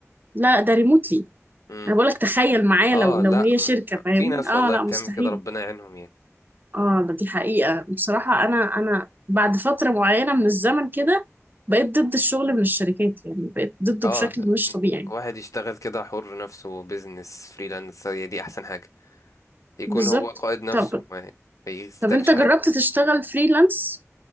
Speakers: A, on the right; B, on the left.
A: لا ده ريموتلي
B: امم
A: انا بقولك تخيل معايا
B: اه
A: لو لو
B: لا
A: هي
B: ما-
A: شركه فاهمني
B: في ناس
A: اه
B: والله
A: لا
B: بتعمل
A: مستحيل
B: كده ربنا يعينهم يعني
A: اه دي حقيقة بصراحة أنا أنا بعد فترة معينة من الزمن كده بقيت ضد الشغل من الشركات يعني بقيت ضده
B: اه
A: بشكل مش طبيعي
B: واحد يشتغل كده حر نفسه بيزنس فريلانس هي دي احسن حاجة يكون
A: بالظبط
B: هو قائد نفسه
A: طب
B: ما ما يستكش
A: طب أنت جربت
B: حد
A: تشتغل فريلانس؟